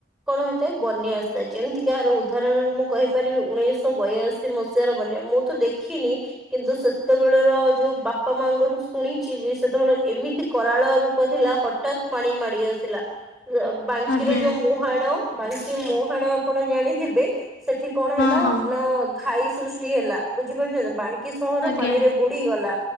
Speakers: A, in the centre; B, on the left.
A: କଣ ହୋଇଥାଏ ବନ୍ୟା ଆସିଥାଏ, ଯେମିତି କି ଏହାର ଉଦାହରଣରେ ମୁଁ କହିପାରିବି ଉଣେ ଉଣେଇଶ ବୟାଅଶୀ ମସିହା ର ବନ୍ୟା, ମୁଁ ତ ଦେଖିନି କିନ୍ତୁ ସେତେବେଳର ଯୋଉ ବାପା ମାଙ୍କ ଠୁ ଶୁଣିଚିଯେ ସେତେବେଳେ ଏମିତି କରାଳ ରୂପ ଥିଲା ହଠତ୍ ପାଣି ମାଡି ଆସିଲା ବାଙ୍କିର
B: ଆଜ୍ଞା
A: ଯୋଉ ମୁହାଣ ବାଙ୍କି ମୁହାଣ ଆପଣ ଜାଣିଥିବେ ସେଠି କଣ
B: ହଁ
A: ହେଲା
B: ହଁ
A: ନା ଘାଇ ସୃଷ୍ଟି ହେଲା, ବୁଝିପାରୁଛନ୍ତି ବାଙ୍କ୍ କି ସହର
B: ଆଜ୍ଞା
A: ପାଣିରେ ବୁଡି ଗଲା